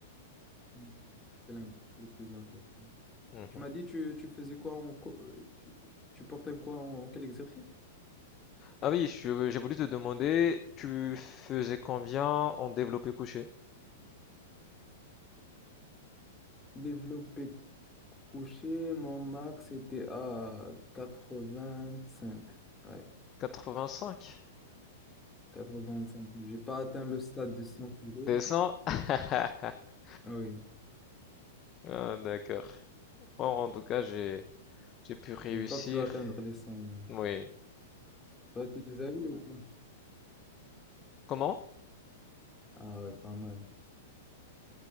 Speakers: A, on the left (about 15°); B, on the left (about 35°).
A: Mm. C'est l'imp- c'est le plus important.
B: Mhm.
A: Tu m'as dit, tu, tu faisais quoi en. co- euh, Tu, tu portais quoi en quel exercice?
B: Ah oui, je- j'ai voulu te demander, tu faisais combien en développé couché?
A: Développé couché, mon max était à quatre-vingt-cinq. Ouais.
B: 85?
A: quatre-vingt-cinq kilos. J'ai pas atteint le stade de 100 kilos.
B: 200? <laughs>
A: Ah oui,
B: Ah, d'accord. Bon, en tout cas, j'ai j'ai pu réussir.
A: j'ai pas pu atteindre les 100 moi.
B: Oui.
A: Toi, tu les as eu ou pas?
B: Comment?
A: Ah ouais, pas mal.